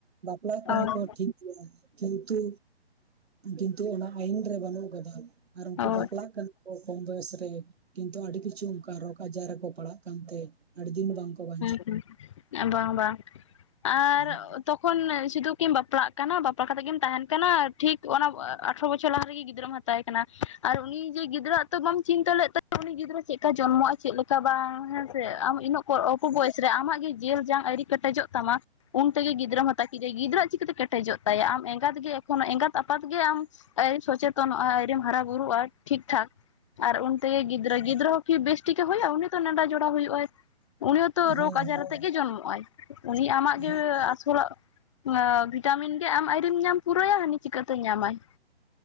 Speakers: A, on the right (about 70°); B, on the left (about 30°).
A: ᱵᱟᱯᱞᱟ
B: ᱚ
A: ᱠᱟᱱᱟ ᱠᱚᱼᱼ ᱴᱷᱤᱠ ᱜᱮᱭᱟ ᱠᱤᱱᱛᱩ, ᱠᱤᱱᱛᱩ ᱚᱱᱟ ᱟᱹᱭᱤᱱ ᱨᱮ ᱵᱟᱹᱱᱩᱜ ᱠᱟᱫᱟ ᱾ ᱟᱨ ᱩᱱᱠᱩ
B: ᱚ
A: ᱵᱟᱯᱞᱟᱜ ᱠᱟᱱᱟ? ᱠᱚᱢ ᱵᱚᱭᱮᱥ ᱨᱮ ᱠᱤᱱᱛᱩ ᱟᱹᱰᱤ ᱠᱤᱪᱷᱩ ᱚᱱᱠᱟ ᱨᱳᱜᱽ ᱟᱡᱟᱨ ᱨᱮᱠᱚ ᱯᱟᱲᱦᱟᱜ ᱠᱟᱱᱛᱮ᱾ ᱟᱹᱰᱤ ᱫᱤᱱ ᱵᱟᱝᱠᱚ ᱵᱟᱧᱪᱟᱜ
B: ᱦᱩᱸ ᱵᱟᱝ ᱵᱟᱝ ᱟᱨ
A: ᱠᱟᱱᱟ᱾ ᱦᱮᱸ
B: ᱛᱚᱠᱷᱚᱱ ᱥᱤᱫᱷᱩᱯᱼᱼ ᱠᱤᱢ ᱵᱟᱯᱞᱟᱜ ᱠᱟᱱᱟ ᱵᱟᱯᱞᱟ ᱠᱟᱛᱮ ᱜᱮᱢ ᱛᱟᱦᱮᱱ ᱠᱟᱱᱟ ᱴᱷᱤᱠ ᱚᱱᱟ ᱟᱴᱷᱚᱨᱚ ᱵᱚᱪᱷᱚᱨ ᱞᱟᱦᱟ ᱨᱮᱜᱮ ᱜᱤᱫᱽᱨᱟᱹ ᱢᱟᱼ ᱛᱟᱦᱮ ᱠᱟᱱᱟ, ᱟᱨ ᱩᱱᱤ ᱡᱮ ᱜᱤᱫᱽᱨᱟᱹ ᱦᱟᱜ ᱛᱚ ᱵᱟᱢ ᱪᱤᱱᱛᱟᱹ ᱞᱮᱫ ᱛᱟᱭ ᱩᱱᱤ ᱜᱤᱫᱽᱨᱟᱹ ᱪᱮᱫ ᱞᱮᱠᱟ ᱡᱚᱱᱢᱚᱜᱼᱟ ᱾ ᱪᱮᱫᱼᱼ <unintelligible> ᱵᱟᱝ ᱦᱮᱸ ᱥᱮ ᱾ ᱟᱢ ᱤᱱᱟᱹᱜ ᱠᱚ ᱚᱞᱯᱚ ᱵᱚᱭᱮᱥ ᱨᱮ ᱟᱢᱟᱜ ᱜᱮ ᱡᱤᱞ ᱡᱟᱝ ᱟᱹᱣᱨᱤ ᱠᱮᱴᱮᱡᱚᱜ ᱛᱟᱢᱟ ᱩᱱ ᱛᱮᱜᱮ ᱜᱤᱫᱽᱨᱟᱹ ᱢᱟᱼᱼ ᱛᱟᱹᱠᱤᱨᱮ ᱜᱤᱫᱽᱨᱟᱹᱣᱟᱜ ᱪᱤᱠᱟᱹᱛᱮ ᱠᱮᱴᱮᱡᱚᱜ ᱛᱟᱭᱟ, ᱟᱢ ᱮᱸᱜᱟᱛ ᱜᱮ ᱮᱠᱷᱚᱱᱳ ᱮᱸᱜᱟᱛ ᱟᱯᱟᱛ ᱜᱮ ᱟᱢᱼᱼ ᱥᱚᱪᱮᱛᱚᱱᱚᱜᱼᱟᱢ ᱟᱹᱣᱨᱤ ᱦᱟᱨᱟ ᱵᱩᱨᱩᱜᱼᱟ ᱴᱷᱤᱠ ᱴᱷᱟᱠ, ᱟᱨ ᱚᱱᱛᱮ ᱜᱤᱫᱽᱨᱟᱹ ᱜᱤᱫᱽᱨᱟᱹ ᱦᱚᱸᱼᱼ ᱠᱤ ᱵᱮᱥ ᱴᱷᱤᱠ ᱠᱮ ᱦᱩᱭᱩᱜᱼᱟ ᱩᱱᱤ ᱫᱚ ᱱᱮᱸᱫᱟ ᱡᱚᱨᱟ ᱦᱩᱭᱩᱜᱼᱟ ᱾ ᱩᱱᱤ ᱦᱚᱸᱛᱚ
A: ᱦᱮᱸ ᱦᱮᱸ
B: ᱨᱳᱜᱽ ᱟᱡᱟᱨ
A: ᱦᱮᱸ
B: ᱟᱛᱮᱜ ᱜᱮ ᱡᱚᱱᱢᱚᱜᱼ ᱟᱭ, ᱩᱱᱤ ᱟᱢᱟᱜ
A: ᱦᱮᱸ
B: ᱜᱮ ᱟᱥᱚᱞᱟᱜᱼᱼ ᱤᱭᱟᱹ ᱵᱷᱤᱴᱟᱢᱤᱱ ᱜᱮ ᱟᱢ ᱟᱹᱣᱨᱤᱢ ᱧᱟᱢ ᱯᱩᱨᱟᱹᱭᱟ, ᱦᱟᱹᱱᱤ ᱪᱤᱠᱟᱹᱛᱮ ᱧᱟᱢᱟᱭ ᱾